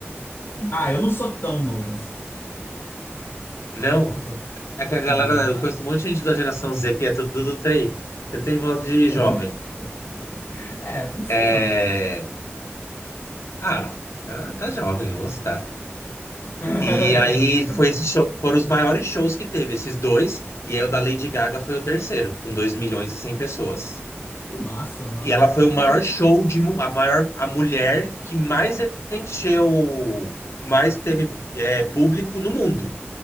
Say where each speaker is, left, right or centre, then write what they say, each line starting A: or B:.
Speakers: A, on the left (about 55°); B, on the left (about 80°).
A: Ah, eu não sou tão novo assim.
B: Não.
A: Eu sou.
B: É que a galera,
A: Na...
B: eu conheço um monte de gente da geração Z que é tudo do TI. Você tem voz de
A: <laughs>
B: jovem.
A: É, 26
B: É...
A: anos.
B: Ah, tá, tá jovem, vamos citar.
A: <laughs>
B: E aí foi esse show, foram os maiores shows que teve, esses dois. E aí o da Lady Gaga foi o terceiro, com 2 milhões e 100 pessoas.
A: Que massa, mano.
B: E ela foi
A: Eu,
B: o maior
A: ca- eu-
B: show de mu- a maior a mulher que mais encheu, mais teve é, público no mundo.